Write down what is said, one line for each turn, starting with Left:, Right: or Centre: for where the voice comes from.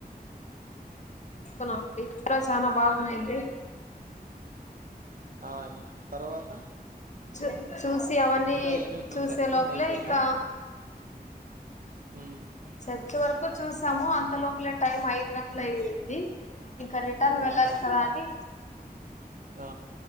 Left: కొన్నామండి ప్ర చాలా బాగున్నాంది
Right: ఉమ్ ఆ తర్వాత
Left: చూ చూసి అవన్నీ
Right: ఇంకా ఏమేమి చూసారండి
Left: చూసే లోపలే
Right: మైసూర్
Left: ఇంకా
Right: లో ఉమ్
Left: చర్చ వరకు చూసాము అ అంత లోపలే టైం ఐదు గంటల అయింది ది ఇంకా రిటర్న్ వెళ్ళాలి
Right: ఓహో
Left: కదా అని
Right: ఆ